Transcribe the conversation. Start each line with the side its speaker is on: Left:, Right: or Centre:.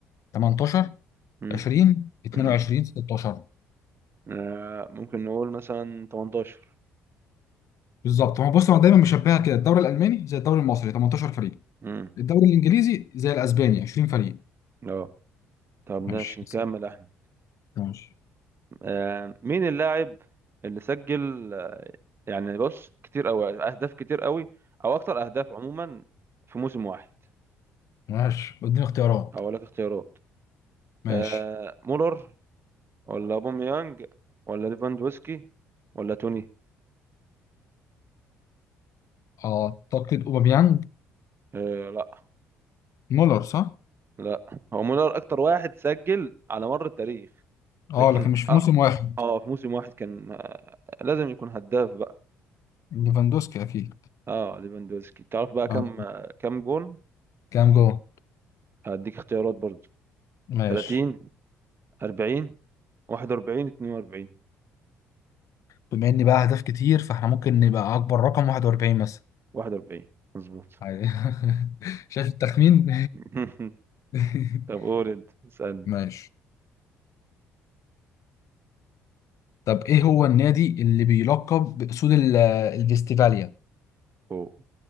Left: 18
Right: مم.
Left: 20 22
Right: مم.
Left: 16
Right: آه ممكن نقول مثلا 18
Left: بالظبط ما هو بص انا دايما مشبهها كده الدوري الالماني زي الدوري المصري 18 فريق
Right: مم.
Left: الدوري الانجليزي زي الاسباني 20 فريق
Right: اه طب ماشي
Left: ماشي
Right: نكمل احنا
Left: ماشي
Right: آه مين اللاعب اللي سجل آه، يعني بص كتير قوي اهداف كتير قوي او اكتر اهداف عموما في موسم واحد
Left: ماشي اديني اختيارات
Right: هقول لك اختيارات
Left: ماشي
Right: آه مولر ولا اوباميانج ولا ليفاندوسكي ولا توني
Left: اعتقد اوباميانج
Right: آه لا
Left: مولر صح؟
Right: لا هو مولر اكتر واحد سجل على مر التاريخ
Left: اه
Right: لكن
Left: لكن مش في
Right: اه
Left: موسم واحد
Right: اه في موسم واحد كان آه، لازم يكون هداف بقى
Left: ليفاندوسكي اكيد
Right: اه ليفاندوفسكي تعرف بقى
Left: اه
Right: كم آه، كم جون
Left: كام جول
Right: هديك اختيارات برضو
Left: ماشي
Right: 30 40 41 42
Left: بما اني بقى اهداف كتير فاحنا ممكن نبقى اكبر رقم 41 مثلا
Right: 41 مظبوط
Left: عادي. <laughs> شايف التخمين
Right: <laughs>
Left: <laughs>
Right: طب قول انت اسألني
Left: ماشي طب ايه هو النادي اللي بيلقب باسود ال- الفيستيفاليا
Right: أوه.